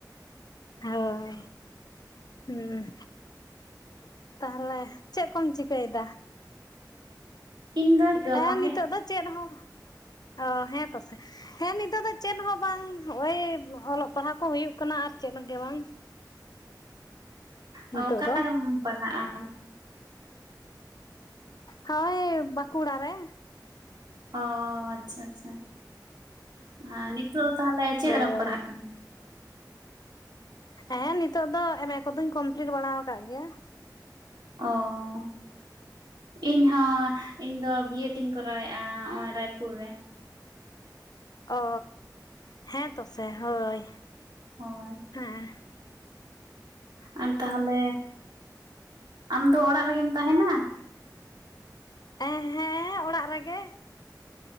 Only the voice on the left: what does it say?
ᱦᱳᱭ, ᱦᱩᱸ᱾ ᱛᱟᱦᱞᱮ ᱪᱮᱫ ᱠᱚᱢ ᱪᱤᱠᱟᱹᱭ ᱮᱫᱟ?
ᱦᱮᱸ
ᱱᱤᱛᱚᱜ ᱫᱚ ᱪᱮᱫ? ᱦᱚᱸ ᱚ ᱦᱮᱸ ᱯᱟᱥᱮᱡ ᱦᱮᱸ ᱱᱤᱛᱚᱜ ᱫᱚ ᱪᱮᱫ ᱦᱚᱸ ᱵᱟᱝ, ᱱᱚᱜᱼᱚᱭ ᱚᱞᱚᱜ ᱯᱟᱲᱦᱟᱜ ᱠᱚ ᱦᱩᱭᱩᱜ ᱠᱟᱱᱟ ᱟᱨ ᱪᱮᱫ ᱜᱮ ᱵᱟᱝ᱾ ᱱᱤᱛᱚᱜ
ᱫᱚ
ᱦᱳᱭ, ᱵᱟᱸᱠᱩᱲᱟ ᱨᱮ
ᱦᱳᱭ
ᱦᱮᱸ, ᱱᱤᱛᱚᱜ ᱫᱚ ᱮᱢ ᱮ ᱠᱚᱫᱚᱧ ᱠᱚᱢᱯᱤᱞᱴ ᱵᱟᱲᱟ ᱟᱠᱟᱫ ᱜᱮᱭᱟ ᱾
ᱚ ᱦᱮᱸ ᱛᱚ ᱥᱮ ᱦᱳᱭ
ᱦᱮᱸ,
ᱮᱸ ᱦᱮᱸ ᱚᱲᱟᱜ ᱨᱮᱜᱮ ᱾